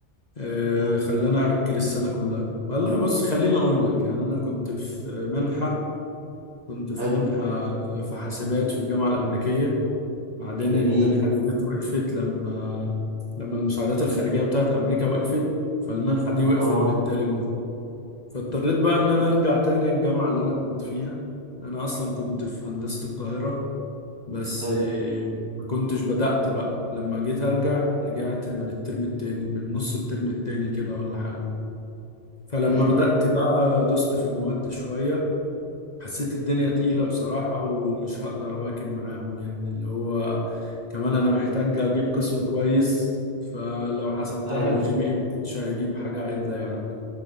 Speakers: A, on the left; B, on the right.
A: آه،
B: مم،
A: خلاني أجل السنة كلها والله بص خليني أقول لك يعني أنا كنت في منحة كنت في
B: حلو
A: منحة في حاسبات في الجامعة الأمريكية بعدين
B: جميل
A: المنحة دي جت وقفت لما لما المساعدات الخارجية بتاعت أمريكا وقفت فالمنحة دي وقفت
B: اه
A: بالتالي فاضطريت بقى إن أنا أرجع تاني الجامعة اللي أنا كنت فيها أنا أصلا كنت في هندسة القاهرة بس
B: حلو
A: آه، ما كنتش بدأت بقى لما جيت أرجع رجعت من الترم التاني من نص الترم التاني كده ولا حاجة فلما
B: مم.
A: بدأت بقى دوست في المواد شوية حسيت الدنيا تقيلة بصراحة ومش هقدر أواكب معاهم يعني اللي هو كمان أنا محتاج أجيب قسم كويس فلو حسبتها
B: ايوه
A: الجي بي إم مش هيجيب حاجة عدلة يعني